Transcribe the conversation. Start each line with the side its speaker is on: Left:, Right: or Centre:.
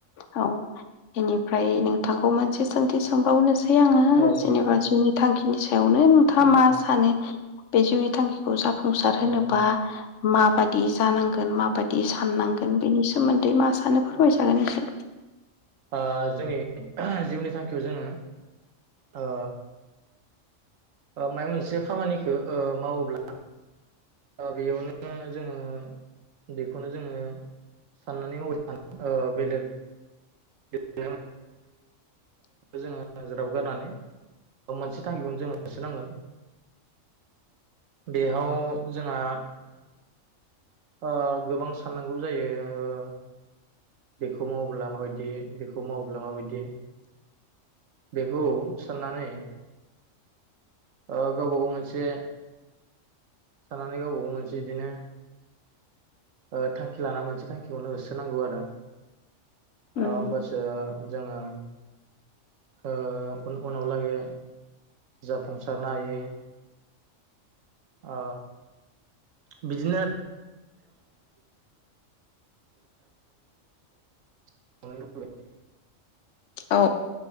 Left: औ इनिफ्राय नोंथांखौ मोनसे सोंथि सोंबावनोस सै आङो
Right: औ
Left: जेनेबा
Right: नोंथां
Left: जिउनि थांखि <inaudible> <unintelligible> नोंथाङा
Right: औ
Left: मा सानो बे जिउनि थांखिखौ जा फुंसार होनोबा
Right: औ
Left: माबायदि जानांगोन मा बादि साननांगोन बिनि सो <unintelligible> दे मासानो फोरमायजागोन
Right: औ
Left: एसे
Right: ओ जोंनि जिउनि थांखियाव जोङो ओ ओ मायबा मोनसे खामानिखो ओ मावोब्ला ओ बेयावनो जोङो बिखौनो जोङो साननानै मावबाय <unintelligible> जोङो ज्राब गारनानै बेयाव मोनसे थांखिखौनो जोङो होसोनांगोन बेहाव जोंहा ओ गोबां स साननांगौ जायो ओ बेखौ मावोला माबायदि बेखौ मावोब्ला माबायदि बेखौ साननानै ओ गावबा गाव मोनसे सानानानै गावबा गाव मोनसे इदिनो ओ थांखि लाना मोनसे थांखिखौनो होसोनांगौ आरो
Left: उम
Right: आ ओमबासो जोङो ओ उन-उनाव लागै जाफुंसारनो हायो ओ बिदिनो <unintelligible>
Left: औ